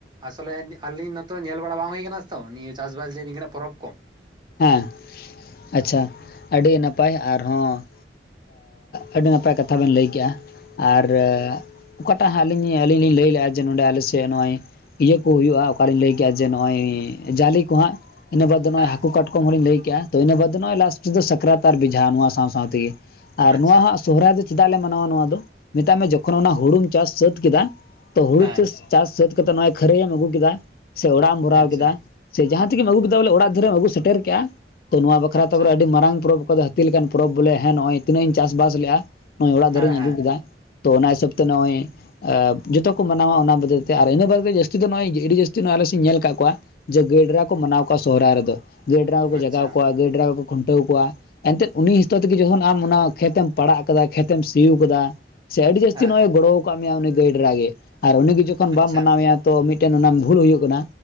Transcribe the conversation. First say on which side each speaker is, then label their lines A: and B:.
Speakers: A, on the right; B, on the left.
A: ᱟᱥᱚᱞᱮ ᱟᱹᱞᱤᱧ ᱢᱟᱛᱚ ᱧᱮᱞ ᱵᱟᱲᱟ ᱵᱟᱝ ᱦᱩᱭ ᱟᱠᱟᱱᱟ ᱛᱚ ᱱᱤᱭᱟᱹ ᱪᱟᱥᱵᱟᱥ ᱞᱟᱹᱭ ᱛᱤᱠᱤᱱ ᱟᱜ ᱯᱚᱨᱚᱵᱽ ᱠᱚ
B: ᱦᱮᱸ ᱟᱪᱪᱷᱟ ᱟᱹᱰᱤ ᱱᱟᱯᱟᱭ ᱟᱨᱦᱚᱸ ᱟᱹᱰᱤ ᱱᱟᱯᱟᱭ ᱠᱟᱛᱷᱟ ᱵᱮᱱ ᱞᱟᱹᱭ ᱠᱮᱜᱼᱟ ᱟᱨ ᱚᱠᱟ ᱟᱞᱤᱧ ᱞᱟᱹᱭ ᱞᱮᱫ-ᱟ ᱡᱮ ᱱᱚᱰᱮ ᱟᱞᱮᱥᱮᱫ ᱥᱮ ᱱᱚᱜᱼᱚᱭ ᱤᱭᱟᱹ ᱠᱚ ᱦᱩᱭᱩᱜᱼᱟ ᱚᱠᱟᱨᱮᱤᱧ ᱞᱟᱹᱭ ᱠᱮᱜᱼᱟ ᱡᱮ ᱱᱚᱜᱼᱚᱭ ᱡᱟᱞᱮ ᱠᱚ ᱦᱟᱸᱜ ᱤᱱᱟᱹ ᱵᱟᱫ ᱫᱚ ᱱᱦᱟᱜ
A: ᱦᱮᱸ
B: ᱠᱟᱴᱠᱚᱢ ᱦᱸᱚᱞᱤᱧ ᱞᱟᱹᱭ ᱠᱮᱜ ᱟ ᱛᱚ ᱤᱱᱟᱹ ᱵᱟᱫ ᱱᱚᱜ ᱞᱟᱥᱴ ᱥᱩᱫᱩ ᱥᱟᱠᱨᱟᱛ ᱟᱨ ᱵᱤᱡᱷᱟ ᱱᱚᱣᱟ ᱥᱟᱶ ᱥᱟᱶ ᱛᱮᱜᱮ ᱟᱨ
A: ᱟᱪᱪᱷᱟ
B: ᱱᱚᱣᱟ ᱦᱟᱜ ᱥᱚᱦᱨᱟᱭ ᱫᱚ ᱪᱮᱫᱟᱜ ᱞᱮ ᱢᱟᱱᱟᱣᱟ ᱱᱚᱣᱟ ᱫᱚ ᱢᱮᱛᱟᱜ ᱢᱮ ᱡᱚᱠᱷᱚᱱ ᱚᱱᱟ ᱦᱩᱲᱩᱢ ᱪᱟᱥ ᱥᱟᱹᱛ ᱠᱮᱫᱟ ᱛᱚ ᱦᱩᱲᱩ
A: ᱦᱮᱸ
B: ᱪᱟᱥ ᱪᱟᱥ ᱥᱟᱹᱛ ᱠᱟᱛᱮᱜ ᱱᱚᱜᱚᱭ ᱠᱷᱟᱹᱨᱟᱹᱭ ᱮᱢ ᱟᱹᱜᱩ ᱠᱮᱫᱟ ᱥᱮ ᱚᱲᱟᱜ ᱮᱢ ᱵᱷᱚᱨᱟᱣ
A: ᱟᱪᱪᱷᱟ
B: ᱠᱮᱫᱟ᱾ ᱥᱮ ᱡᱟᱦᱟᱸ ᱛᱜᱮᱢ ᱟᱹᱜᱩ ᱠᱮᱫᱟ ᱵᱚᱞᱮ ᱚᱲᱟᱜ ᱫᱷᱟᱨᱤᱡ ᱮᱢ ᱟᱹᱜᱩ ᱥᱮᱴᱮᱨ ᱠᱮᱜᱼᱟ ᱛᱚ ᱱᱚᱣᱟ ᱵᱟᱠᱷᱨᱟ
A: ᱟᱪᱪᱷᱟ
B: ᱛᱮ ᱟᱹᱰᱤ ᱢᱟᱨᱟᱝ ᱯᱚᱨᱚᱵᱽ ᱠᱚ ᱡᱟᱹᱛᱤ ᱞᱮᱠᱟᱱ ᱯᱚᱨᱚᱵᱽ ᱵᱚᱞᱮ ᱱᱚᱜᱚᱭ ᱛᱤᱱᱟᱹᱜ ᱤᱧ ᱪᱟᱥ ᱵᱟᱥ ᱞᱮᱜᱼᱟ ᱱᱚᱜᱚᱭ ᱚᱲᱟᱜ
A: ᱦᱮᱸ
B: ᱫᱷᱟᱨᱤᱡ
A: ᱦᱮᱸ
B: ᱟᱹᱜᱩ ᱠᱮᱫᱟ ᱛᱚ ᱚᱱᱟ ᱦᱤᱥᱟᱹᱵ ᱛᱮ ᱱᱚᱜ ᱚᱭ ᱡᱚᱛᱚ ᱠᱚ ᱢᱟᱱᱟᱣᱟ ᱚᱱᱟ ᱵᱚᱫᱚᱞ ᱛᱮ ᱟᱨ ᱤᱱᱟᱹ ᱵᱟᱫ ᱛᱮ ᱡᱟᱹᱥᱛᱤ ᱫᱚ ᱱᱚᱜᱼᱚᱭ ᱟᱹᱰᱤ ᱡᱟᱹᱥᱛᱤ ᱱᱚᱜᱚᱭ ᱟᱞᱮ ᱥᱮᱫ ᱧᱮᱞ ᱠᱟᱜ ᱠᱚᱣᱟ ᱡᱮ ᱜᱟᱹᱭ ᱰᱨᱟ ᱠᱚ ᱢᱟᱱᱟᱣ ᱠᱚᱣᱟ ᱥᱚᱦᱨᱟᱭ ᱨᱮᱫᱚ ᱜᱰᱨᱟ ᱠᱚᱠᱚ
A: ᱟᱪᱪᱷᱟ
B: ᱡᱟᱜᱟᱣ ᱠᱚᱣᱟ ᱜᱰᱨᱟ ᱠᱚ ᱠᱷᱩᱱᱴᱟᱹᱣ ᱠᱚᱣᱟ ᱮᱱᱛᱮᱫ ᱩᱱᱤ ᱦᱤᱥᱛᱟᱹᱣ ᱛᱮ ᱜᱮ ᱡᱚᱠᱷᱚᱱ ᱟᱢ ᱚᱱᱟ ᱠᱷᱮᱛ ᱮᱢ ᱯᱟᱲᱟᱜ ᱟᱠᱟᱫᱟ ᱠᱷᱮᱛ ᱮᱢ ᱥᱤ ᱠᱟᱫᱟ᱾ ᱥᱮ ᱟᱰᱤ ᱡᱟᱥᱛᱤ
A: ᱦᱮᱸ
B: ᱱᱚᱜᱚᱭ ᱜᱚᱲᱚᱣ ᱟᱠᱟᱫ ᱢᱮᱭᱟᱤ ᱱᱚᱜᱚᱭ ᱜᱟᱹᱭᱰᱨᱟ ᱜᱮ ᱟᱨ ᱩᱱᱤᱜᱮ ᱡᱚᱠᱷᱚᱱ
A: ᱟᱪᱪᱷᱟ
B: ᱵᱟᱢ ᱢᱟᱱᱟᱣᱮᱭᱟ ᱛᱚ ᱢᱤᱫᱴᱮᱱ ᱚᱱᱟ ᱵᱷᱩᱞ ᱦᱩᱭᱩᱜ ᱠᱟᱱᱟ